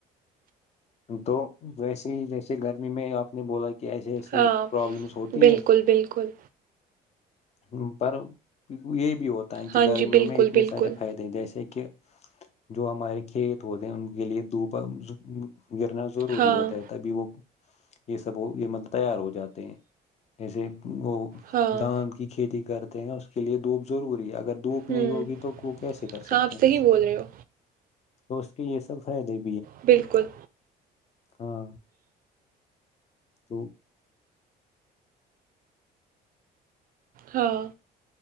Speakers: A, on the left (about 40°); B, on the right (about 55°).
A: تو ویسے ہی جیسے گرمی میں آپ نے بولا کہ کہ ایسے ایسے
B: ہاں
A: پرابلمس ہوتی
B: بالکل
A: ہیں
B: بالکل
A: ہ پر یہی بھی ہوتا ہوتا کہ
B: ہاں
A: گرمیوں
B: جی بالکل
A: میں اتنے
B: بالکل
A: سارے فائدے ہیں جیسے کہ جو ہمارے کھیت ہوتے ہیں ان کے لیے دپ گرنا ضروری
B: ہاں
A: ہوتا ہے تبھی وہ یہ سب ہو یہ مطلب تیار ہو جاتے ہیں جیسے وہ
B: ہاں
A: دھان کی کھیتی کر ہیں اس کے لیے دھپضروری ہے اگر اگر دھوپ نہیں
B: ہوں
A: ہوگی تو ک کیسے کر سکتے
B: ہاں آپ
A: ہیں
B: صحیح بول رہے ہو
A: تو اس کی یہ سب ہے نہیں
B: بالکل
A: ہاں تو
B: ہاں